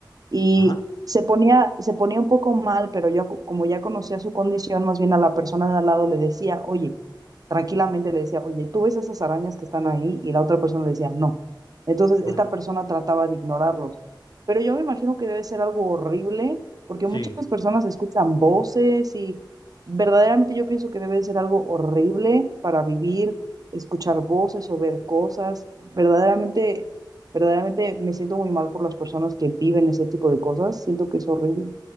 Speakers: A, on the right; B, on the left.
A: y
B: Ajá.
A: se ponía, se ponía un poco mal, pero yo co- como ya conocía su condición, más bien a la persona de al lado le decía, oye, tranquilamente le decía, oye, ¿tú ves esas arañas que están ahí? Y la otra persona le decía, no. Entonces,
B: Ah,
A: esta persona trataba de ignorarlos. Pero yo me imagino que debe ser algo horrible, porque
B: sí.
A: muchas personas escuchan voces y verdaderamente yo pienso que debe ser algo horrible para vivir, escuchar voces o ver cosas. Verdaderamente, verdaderamente me siento muy mal por las personas que viven ese tipo de cosas. Siento que es horrible.